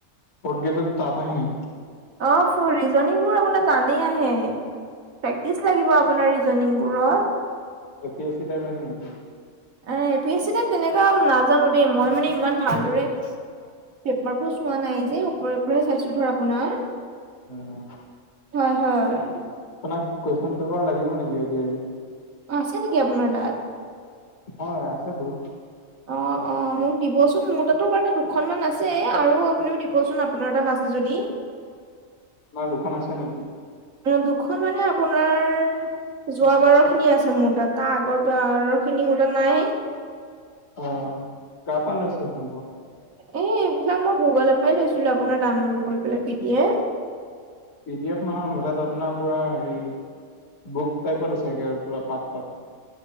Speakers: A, on the left; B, on the right.
A: ফৰ্ট গেটত তাফ আহে নি?
B: অ', ফ ৰিজনিংবোৰ আপোনাৰ টানেই আহে। প্ৰেক্টিচ লাগিব আপোনাৰ ৰিজনিংবোৰৰ
A: A P S C type আহে নেকি?
B: A P A C type তেনেকুৱা নাজানো দেই, মই মানে ইমান ভালদৰে পেপাৰবোৰ চোৱা নাই যে, ওপৰে ওপৰে চাইছো ধৰ আপোনাৰ
A: সেয়া
B: হয়', হয়'
A: আপোনাক কুৱেচন পেপাৰ লাগিব নেকি, এ ডি আৰ ই?
B: অ', আছে নেকি আপোনাৰ তাত?
A: অ আছে টো।
B: অ', অ', মোক দিবচোন, মোৰ তাতো বাৰু দুখনমান আছে আৰু আপুনিও দিবচোন আপোনাৰ তাত আছে যদি।
A: তোমাৰ দুখন আছে নিকি?
B: দুখন মানে আপোনাৰ যোৱা বাৰৰ খিনি আছে মোৰ তাত, তাৰ আগৰ বাৰৰ খিনি মোৰ তাত নাই।
A: অ', কা পা লৈছে সংগ্ৰহ?
B: এই এইবিলাক মই গুগলৰ পৰাই লৈছিলো আপোনাৰ ডাউনলোড কৰি পেলাই P D F.
A: P D F নহয় মোৰ তাত আপোনাৰ পুৰা হেৰি বুক টাইপত আছেগে আৰু পুৰা পাত পাত।